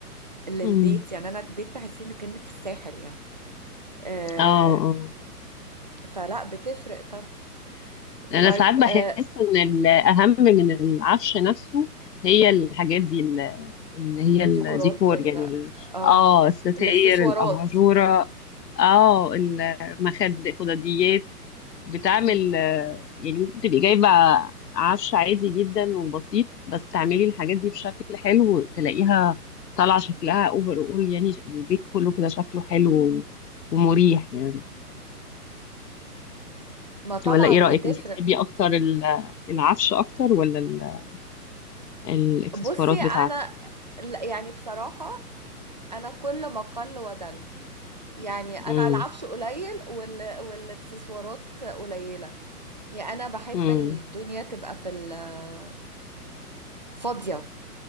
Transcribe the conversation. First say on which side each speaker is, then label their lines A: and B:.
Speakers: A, on the right; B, on the left.
A: للبيت
B: مم.
A: يعني انا البيت تحسي انك كأنك في الساحل يعني آه
B: اه اه
A: فلا بتفرق طب
B: انا
A: طيب
B: ساعات بحس
A: آه
B: ان الاهم من العفش نفسه هي الحاجات دي ال- اللي هي
A: الديكورات
B: الديكور
A: ال...
B: يعني ال-
A: اه
B: اه الستاير
A: الاكسسوارات
B: الاباجوره اه المخد الخدديات بتعمل
A: مم.
B: آه، يعني ممكن تبقي جايبه عفش عادي جدا وبسيط بس تعملي الحاجات دي بشكل حلو تلاقيها طالعه شكلها اوفر اول يعني البيت كله كده شكله حلو ومريح يعني
A: ما طبعا
B: ولا ايه رأيك
A: بتفرق
B: انت بتحبي اكتر ال- العفش اكتر ولا ال- الاكسسوارات
A: بصي انا
B: بتاعته
A: لا، يعني بصراحة انا كل ما قل ودل يعني انا
B: امم
A: العفش قليل وال... والاكسسوارات قليلة يعني انا بحب
B: امم
A: الدنيا تبقى في ال- فاضية